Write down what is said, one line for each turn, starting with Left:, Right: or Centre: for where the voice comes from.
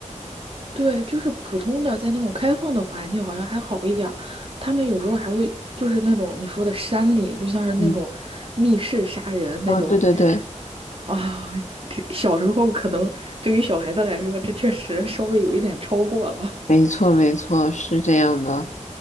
Right: 对，就是普通的，在那种开放的环境好像还好一点儿，他们有时候还会就是那种你说的山里，就像是那种密室杀人那种
Left: 嗯，哦，对对对，
Right: 啊，这小时候可能对于小孩子来说，这确实稍微有一点超过了。
Left: 没错，没错，是这样的。